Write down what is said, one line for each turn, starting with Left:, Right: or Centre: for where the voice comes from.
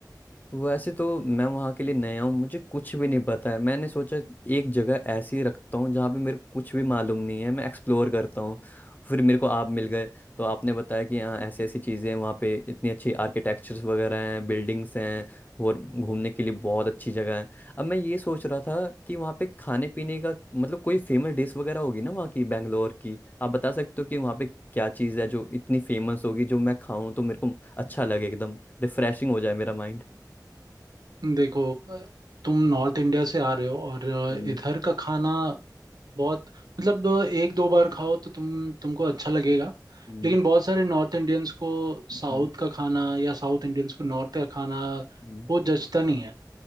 Left: वैसे तो मैं वहाँ के लिए नया हूँ मुझे कुछ भी नहीं पता है मैंने सोचा एक जगह ऐसी ही रखता हूँ जहाँ पे मेरे को कुछ भी मालूम नहीं है मैं एक्सप्लोर करता हूँ फिर मेरे को आप मिल गए तो आपने बताया कि यहाँ ऐसी ऐसी चीज़ें हैं वहाँ पे इतनी अच्छी आर्किटेक्चर्स वगैरह हैं बिल्डिंग्स हैं और घूमने के लिए बहुत अच्छी जगह है अब मैं ये सोच रहा था कि वहाँ पे खाने पीने का मतलब कोई फेमस डिश वगैरह होगी ना वहाँ की बैंगलोर की आप बता सकते हो कि वहाँ पे क्या चीज़ है जो इतनी फेमस होगी जो मैं खाऊं तो मेरे को अच्छा लगे एकदम रिफ्रेशिंग हो जाए मेरा माइंड
Right: देखो अ, तुम नॉर्थ इंडिया से आ रहे हो और अ,
Left: हम्म,
Right: इधर का खाना बहुत मतलब एक दो बार खाओ तो तुम तुमको अच्छा लगेगा
Left: हम्म,
Right: लेकिन बहुत सारे नॉर्थ इंडियंस को साउथ
Left: हम्म,
Right: का खाना या साउथ इंडियंस को नॉर्थ का खाना
Left: हम्म,
Right: वो जचता नहीं है